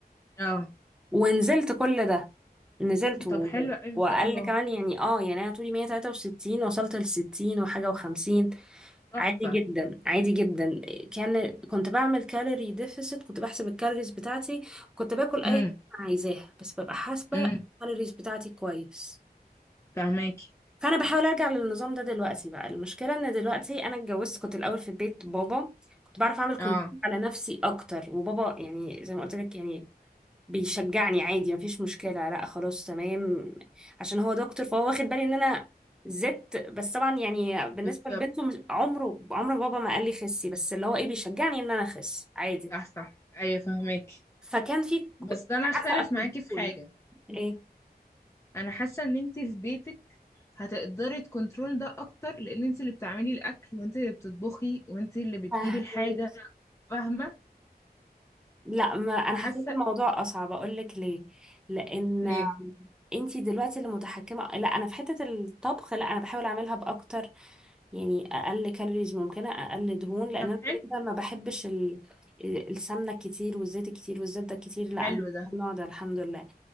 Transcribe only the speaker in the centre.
ونزلت كل ده نزلت و...
واقل
كمان يعني اه يعني انا طولي 163 وصلت ل 60 وحاجه و50
عادي جدا عادي جدا كان كنت بعمل كالوري ديفيسيت كنت بحسب الكالوريز بتاعتي كنت باكل اي
حاجه أنا عايزاها بس ببقى حاسبه
الكالوريز بتاعتي كويس
فانا بحاول ارجع للنظام ده دلوقتي بقى المشكله ان دلوقتي انا اتجوزت كنت الاول في بيت بابا كنت بعرف اعمل كنترول
على نفسي اكتر وبابا يعني زي ما قلت لك يعني بيشجعني عادي مفيش مشكلة لا خلاص تمام عشان هو دكتور فهو واخد بالي ان انا زدت بس طبعا يعني بالنسبة
لبنته مش- عمره عمر بابا ما قال لي خسي بس اللي هو ايه بيشجعني ان انا اخس عادي
فكان في ك-
عارفة
كنترول
ايه
فاهمك
لا ما انا
حسيت الموضوع اصعب اقول لك ليه لان
انتي دلوقتي اللي متحكمة لا انا في حتة الطبخ لا انا بحاول اعملها باكتر يعني اقل كالوريز ممكنه اقل دهون لان
انا
كده كده ما بحبش ال... السمنه كتير والزيت كتير والزبده كتير لا
انا مش
من النوع ده الحمد لله